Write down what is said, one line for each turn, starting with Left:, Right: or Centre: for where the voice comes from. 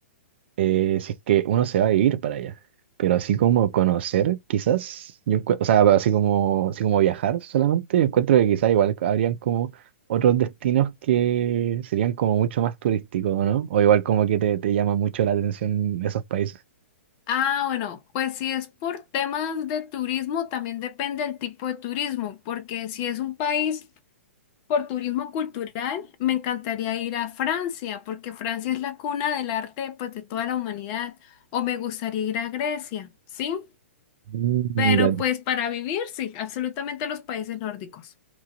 Right: eh, si es que uno se va a vivir para allá. Pero así como conocer, quizás, yo, encu- o sea, así como, así como viajar solamente, yo encuentro que quizás igual habrían como otros destinos que serían como mucho más turísticos, ¿no? O igual como que te, te llama mucho la atención esos países.
Left: Ah, bueno, pues si es por temas de turismo, también depende del tipo de turismo, porque si es un país Por turismo cultural, me encantaría ir a Francia, porque Francia es la cuna del arte, pues, de toda la humanidad. O me gustaría ir a Grecia, ¿sí?
Right: Mm,
Left: Pero
Right: Ya,
Left: pues para vivir, sí, absolutamente los países nórdicos.